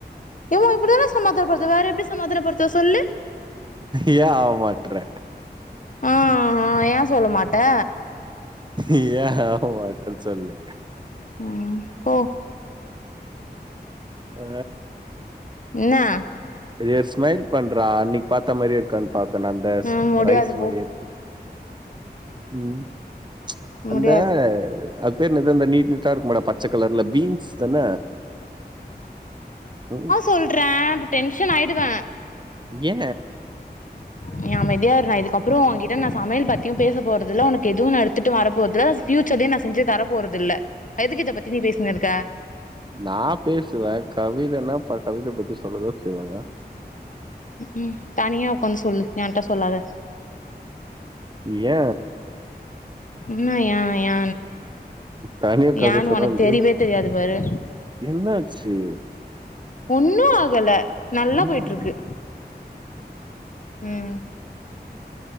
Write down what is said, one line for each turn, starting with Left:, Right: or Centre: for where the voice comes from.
Left: ஓ அப்பிடிதானே சமாதானப்படுத்துவ வேற எப்டி சமாதானப்படுத்துவ சொல்லு
Right: ஏ ஆவ மாட்ற
Left: ஆ ஆ ஏ சொல்ல மாட்ட
Right: ஏ ஆ மாட்டறன் சொல்லு
Left: ம் போ
Right: அ
Left: என்ன
Right: ஒரேரு ஸ்மைல் பண்றா அன்னைக்கு பாத்த மாரி இருக்கான்னு பாக்கணு அந்த
Left: ம் முடியாது
Right: ரைஸ்
Left: போ
Right: மாரியே ம்
Left: முடியாது
Right: அந்த அத் பேர் என்னது அந்த நீட் ட்டா இருக்குமடா பச்ச கலர்ல பீன்ஸ் தான உ
Left: சொல்றே டென்ஷன் ஆயிடுவ
Right: ஏ
Left: நீ அமைதியா இரு நா இதுகப் றோ உங்கிட்ட நா சமையல் பத்தியு பேச போறதுல்ல ஒனக்கு எதுவு நா எடுத்துட்டு வரபோறதுல்ல ஃப்யூச்சர்லயு நா செஞ்சு தர போறதில்ல எதுக்கு இத பத்தி நீ பேசினு இருக்க
Right: நா பேசுவே கவிதன்னா அப்ப கவித பத்தி சொல்லதா செய்வாங்க
Left: ம் தனியா உக்காந்து சொல்லு என்ட்ட சொல்லாத
Right: ஏ
Left: என்ன ஏ ஏ
Right: தனியா கதை
Left: ஏன்னு
Right: சொன்னா
Left: ஒனக்கு
Right: லூஸ்.
Left: தெரியவே தெரியாது பாரு
Right: என்னாச்சு
Left: ஒன்னு ஆகல நல்லா
Right: ம்.
Left: போய்ட்டு இருக்கு ம்